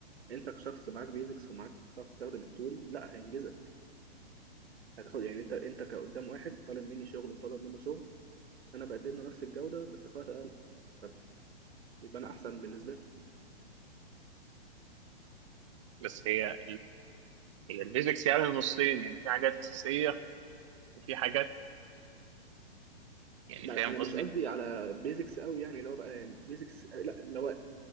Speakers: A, on the right; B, on the right.
A: انت كشخص معاك بيزكس ومعاك بتعرف تستخدم التول لا هينجزك هتاخد يعني انت انت كقدام واحد طالب مني شغل وطالب منه شغل انا بقدم له نفس الجوده بس في وقت اقل طب يبقى انا احسن بالنسبه لي
B: بس هي هي الفيزيكس يعني نصين يعني في حاجات أساسية وفي حاجات يعني
A: ما
B: فاهم
A: انا أنا
B: قصدي
A: مش قصدي على بيزكس قوي يعني اللي هو بقى يعني بيزكس لا اللي هو